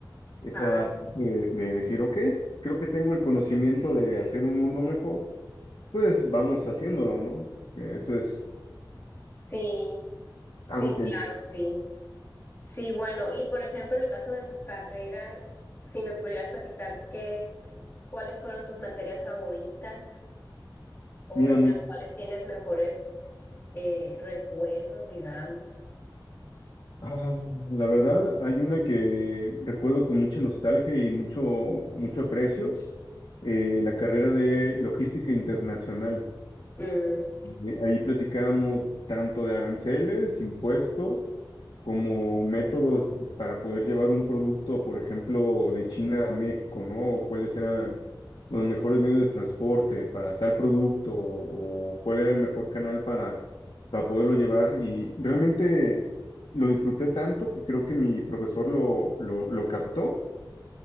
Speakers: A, on the left; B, on the left.
A: esa
B: Ah,
A: de, de decir, ok, creo que tengo el conocimiento de hacer un mundo mejor, pues vamos haciéndolo, ¿no? Que Eso es
B: sí, sí,
A: algo que,
B: claro, sí. Sí, bueno, y por ejemplo, en el caso de tu carrera, si me pudieras platicar qué, cuáles fueron tus materias favoritas o
A: mira,
B: en las cuales tienes mejores eh, recuerdos, digamos.
A: ah, la verdad, hay una que recuerdo con mucha nostalgia y mucho, mucho aprecio, eh, la carrera de logística internacional.
B: Mm,
A: Eh, Ahí platicábamos tanto de aranceles, impuestos, como métodos para poder llevar un producto, por ejemplo, de China a México, ¿no? O ¿Cuáles eran los mejores medios de transporte para tal producto? ¿O cuál era el mejor canal para, para poderlo llevar? Y realmente lo disfruté tanto que creo que mi profesor lo, lo, lo captó